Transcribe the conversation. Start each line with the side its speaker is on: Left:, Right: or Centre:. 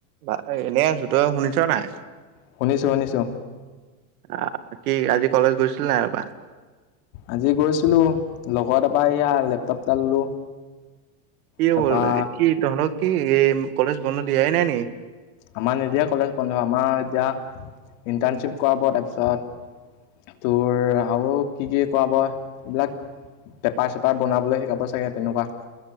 Right: বা এনেই আছোঁ। তই শুনিছ নে নাই?
Left: শুনিছোঁ, শুনিছোঁ।
Right: আ কি আজি কলেজ গৈছিল নাই অবা।
Left: আজি গৈছিলোঁ লগৰ এটাৰ পৰা এয়া লেপটপ এটা ললোঁ।
Right: কি
Left: তাৰপৰা
Right: হ'ল? কি তহতঁক কি এই কলেজ বন্ধ দিয়াই নাই নেকি?
Left: আমাৰ নিদিয়ে কলেজ বন্ধ আমাৰ এতিয়া ইণ্টাৰণশ্বিপ কৰাভ তাৰপিছত তোৰ আৰু কি কি কৰাব, এইবিলাক পেপাৰ চেপাৰ বনাবলৈ শিকাব চাগে তেনেকুৱা।